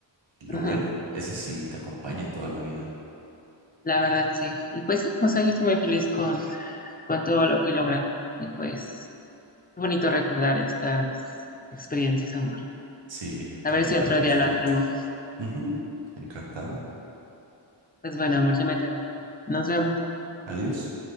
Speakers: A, on the right; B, on the left.
A: Lo
B: ajá,
A: bueno, ese sí te acompaña toda la vida.
B: la verdad sí. Y pues sí, o sea, yo estoy muy feliz con, con todo lo que he logrado. Y pues... Qué bonito recordar estas experiencias, amor.
A: Sí,
B: A
A: también
B: ver si
A: para
B: otro
A: mí
B: día
A: es bonito.
B: lo hacemos.
A: Ujú, Encantado.
B: Pues bueno, amor, ya me tengo que ir. Nos vemos.
A: Adiós.